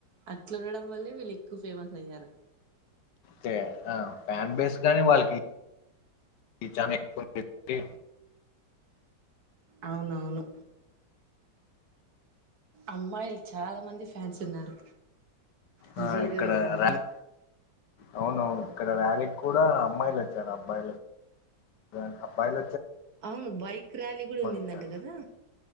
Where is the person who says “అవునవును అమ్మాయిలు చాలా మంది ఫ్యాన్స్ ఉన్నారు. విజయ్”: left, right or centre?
Right